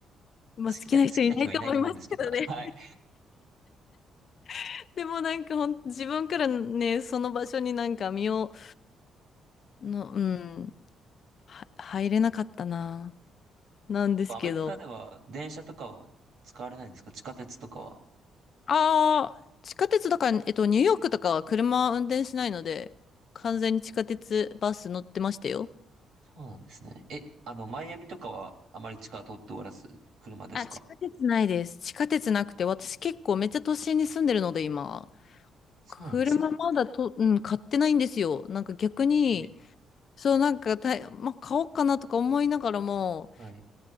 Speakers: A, on the right; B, on the left.
A: 好きじゃ、
B: 今好きな人いないと思いますね。
A: 好きな人はいないと思うんですけど、<laughs> はい。
B: <laughs> でもなんかほん、自分からね、その場所になんか身を、の、うん、は、入れなかったな、なんですけど。
A: 結構アメリカでは電車とかは使われないんですか地下鉄とかは。
B: ああ、地下鉄だから、えっと、ニューヨークとかは車運転しないので、完全に地下鉄、
A: あ、
B: バス乗ってましたよ。
A: そうなんですね。え、あの、マイアミとかはあまり地下は通っておらず、車ですか
B: あ、地下鉄ないです。地下鉄なくて、私結構めっちゃ都心に住んでるので、今。
A: そうなんですね。
B: 車まだと、うん、買ってないんですよ。なんか逆に、
A: え、
B: そう、なんかた、まあ、買おうかなとか思いながらも、
A: はい、